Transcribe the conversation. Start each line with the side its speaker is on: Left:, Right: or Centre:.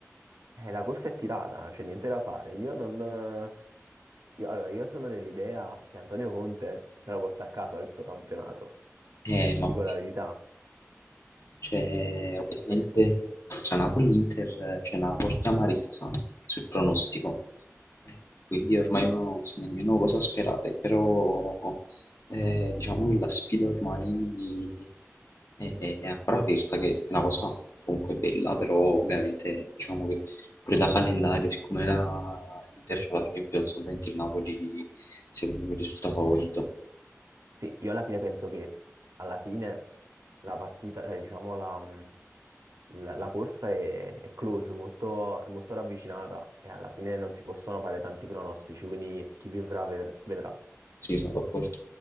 Right: Eh, la corsa è tirata, c'è niente da fare. Io non... io- allora, io sono dell'idea che Antonio Conte se la porta a casa questo campionato,
Left: Eh,
Right: ti
Left: ma
Right: dico
Left: ok.
Right: la verità,
Left: cioè,
Right: per-
Left: ovviamente
Right: perché...
Left: tra Napoli e Inter eh, c'è una forte amarezza sul pronostico, eh, quindi ormai uno non sa nemmeno cosa sperare, però eh, diciamo che la sfida ormai è, è ancora aperta, che è una cosa comunque bella, però ovviamente diciamo che pure da calendario, siccome la, l'Inter c'ha la Champions, ovviamente il Napoli secondo me risulta favorito.
Right: Sì, io alla fine penso che alla fine la partita, cioè diciamo la, mh, il- la corsa è, è close, molto, è molto ravvicinata e alla fine non si possono fare tanti pronostici, quindi chi vivrà ved- vedrà.
Left: Sì, sono d'accordo.